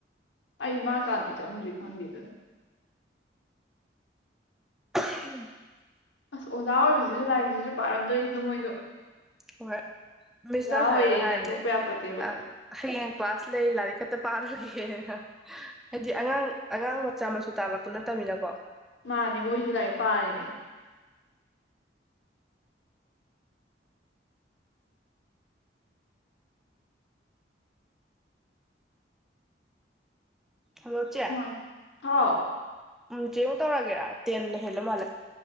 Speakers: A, on the left; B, in the centre.
A: ꯑꯩ ꯃꯥ ꯀꯥꯗꯤ <unintelligible>
B: <inaudible>
A: ꯑꯁ ꯑꯣꯖꯥ ꯑꯣꯏꯕꯁꯤꯁꯨ ꯂꯥꯏꯔꯤꯛꯁꯤꯁꯨ ꯄꯥꯔꯝꯗꯣꯏꯅꯦ ꯃꯣꯏꯖꯨ
B: ꯍꯣꯏ ꯃꯤꯁꯅ
A: ꯑꯣꯏꯔꯦꯅ
B: ꯁꯥꯏꯅ ꯍꯥꯏꯕꯅꯦ
A: ꯇꯣꯛꯄ ꯌꯥꯄꯣꯠꯇꯦꯕ
B: ꯑꯥ ꯍꯌꯦꯡ ꯀ꯭ꯂꯥꯁ ꯂꯩ ꯂꯥꯏꯔꯤꯛ ꯈꯛꯇ ꯄꯥ ꯔ ꯒꯦ <unintelligible> ꯍꯥꯏꯗꯤ ꯑꯉꯥꯡ ꯑꯉꯥꯡ ꯃꯆꯥ ꯃꯁꯨ ꯇꯥꯜꯂꯛꯄꯨ ꯅꯠꯇꯃꯤꯅꯀꯣ
A: ꯃꯥꯅꯦ ꯃꯣꯏꯁꯨ ꯂꯥꯏꯔꯤꯛ ꯄꯥꯔꯤꯅꯦ
B: ꯍꯂꯣ ꯆꯦ
A: ꯅꯨꯡꯉꯥꯏ ꯍꯥꯎ
B: ꯑꯪ ꯆꯦ ꯎ ꯇꯧꯔꯒꯦꯔꯥ ꯇꯦꯟ ꯍꯦꯜꯂ ꯃꯥꯜꯂꯦ